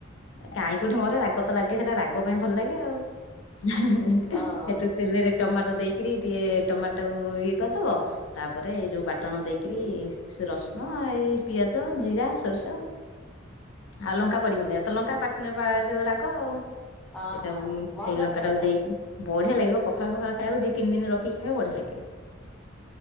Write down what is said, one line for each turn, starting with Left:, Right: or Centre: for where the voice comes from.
Left: କାଇଁ କୋଉଠି ମରେ ରାଗ ତ ଲାଗେ ସେଟା ରାଗ ରାଗ ପାଇଁ ଭଲ ଲାଗେ ଆଉ
Centre: ଓହୋ
Left: ସେଠୁ ତେଲରେ ଟମାଟୋ ଦେଇ ରି ଟିକେ ଟମାଟୋ ଇଏ କରିଦେବ, ତାପରେ ଏ ଯୋଉ ବାଟଣ ଦେଇକରି ସେ ରସୁଣ ହଁ ଏଇ ପିଆଜ, ଜିରା, ସୋରିଷ ଆଉ ଲଙ୍କା ପଡିବନି ତ ଲଙ୍କା ପା ଯୋଉ ରାଗ ଆଉ
Centre: ହଁ
Left: ସେଇଟା
Centre: ହଁ ଭଲ
Left: ସେଇ
Centre: ଲାଗେ
Left: ଲଙ୍କା
Centre: ସେଇଟା।
Left: ଟାକୁ ଦେଇକି ବ ବଢିଆ ଲାଗିବ ପଖାଳ ଫଖାଳ ଖାଇଆକୁ ଦି ତିିନି ଦିନ ରଖି ଖାଇବାକୁ ବଢିଆ ଲାଗିବ।